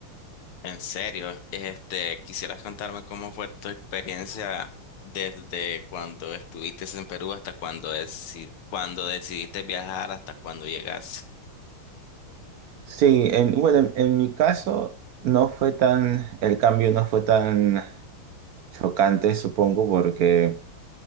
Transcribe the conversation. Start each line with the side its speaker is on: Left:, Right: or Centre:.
Left: En serio, este, ¿quisieras contarme cómo fue tu experiencia desde cuando estuviste en Perú hasta cuando, deci- cuando decidiste viajar hasta cuando llegas?
Right: Sí, en- bueno, en, en mi caso no fue tan, el cambio no fue tan chocante, supongo, porque